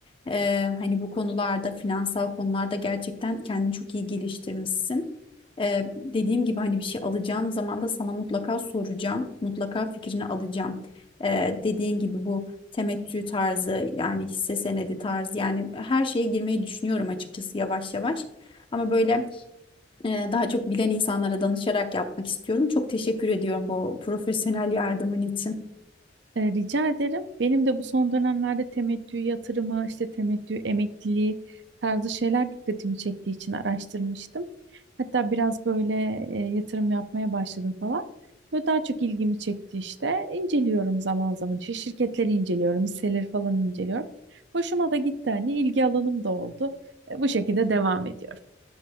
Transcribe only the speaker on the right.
Ee, rica ederim. Benim de bu son dönemlerde temettü yatırımı, işte temettü emekliliği tarzı şeyler dikkatimi çektiği için araştırmıştım. Hatta biraz böyle e, yatırım yapmaya başladım falan. Ve daha çok ilgimi çekti işte. İnceliyorum zaman zaman. İşte şirketleri inceliyorum, hisseleri falan inceliyorum. Hoşuma da gitti hani ilgi alanım da oldu. E, bu şekilde devam ediyorum.